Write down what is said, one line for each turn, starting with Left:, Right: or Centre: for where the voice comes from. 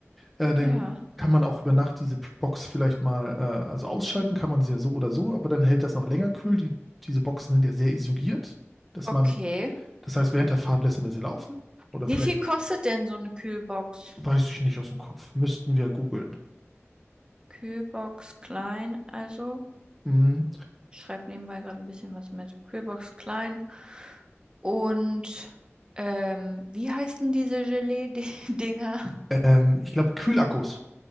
Centre: Äh, dann
Right: Ja.
Centre: kann man auch über Nacht diese P- Box vielleicht mal, äh, also ausschalten kann man sie ja so oder so, aber dann hält das noch länger kühl. Die, diese Boxen sind ja sehr isoliert, dass
Right: Okay.
Centre: man, das heißt, während der Fahrt lassen wir sie laufen oder
Right: Wie
Centre: vielleicht,
Right: viel kostet denn so eine Kühlbox?
Centre: weiß ich nicht aus dem Kopf, müssten wir googeln.
Right: Kühlbox klein, also.
Centre: Mhm.
Right: Ich schreibe nebenbei gerade ein bisschen was mit Kühlbox Klein. Und ähm, wie heißen diese Gelee-Dinger?
Centre: Ähm, ich glaube, Kühlakkus.